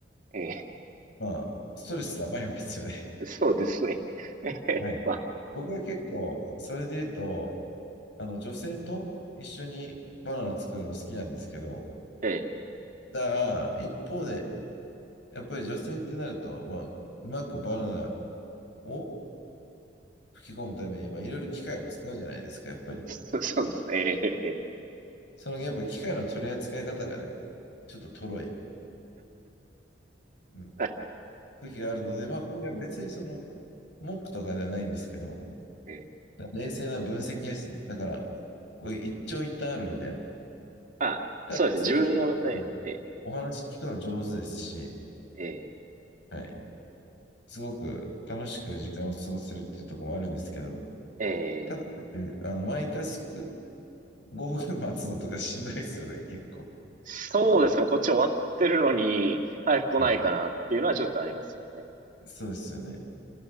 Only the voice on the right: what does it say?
ええ。
<laughs> そうですね。<laughs> えへへまあ、
ええ
そ、そうですね。ええええ
はい。
ええ
まあ、
そうですね。
自分のね、ええ、
ええ、
ええ
そうですね。こっち終わってるのに、早く来ないかなっていうのはちょっとありますよね。